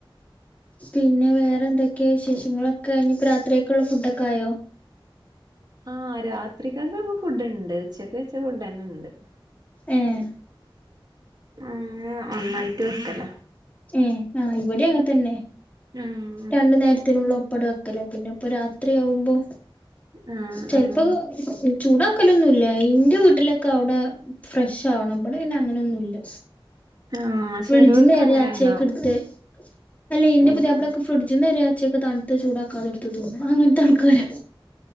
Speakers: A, on the left; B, on the right.
A: പിന്നെ വേറെ എന്തൊക്കെയ വിശേഷങ്ങളൊക്കെ ഇനി രാത്രിയൊക്കെയള്ള ഫുഡ ഒക്കെ ആയോ
B: ആ് രാത്രിക്കക്കെപ്പ ഫുഡ് ഉണ്ട് ഉച്ചക്ക് ഉച്ച ഫുഡ് ന്നെ ഉണ്ട്
A: ഏഹ
B: അങ്ങന ഒന്നായിട്ട് വെക്കല്ല
A: ഏ ആഹ് ഇവിടെ അങ്ങെ തന്നെ
B: ആം
A: രണ്ടു നേരത്തിനുള്ള ഒപ്പട വെക്കലേ പിന്നെ ഇപ്പൊ രാത്രിയാവുമ്പോ
B: ആഹ്
A: ചെല്പക്കെ
B: ആഹ്
A: ചൂടാക്കലൊന്നുംല്ല എന്റെ വീട്ടിലൊക്കെ അവിടെ ഫ്രഷ് ആവണം ഇവിടെ പിന്നെ അങ്ങനെൊന്നുംല്ല
B: ആഹ്
A: ഫ്രിഡ്ജ്ന്ന്
B: ചെലോർക്ക്
A: നേരെ
B: അങ്ങനെ
A: അച്ചയ്ക്ക്
B: ഉണ്ടാവും
A: എടുത്ത് അല്ലയ് ഇന്റെ
B: ഉം
A: പുതിയാ ഫ്രിഡിജിന്ന് വരെ അച്ചയ്ക്കെ തണ്ത്ത് ചൂടാക്കാതെടുത്ത് തിന്നും അങ്ങൻ ത്തെ ആൾക്കരാ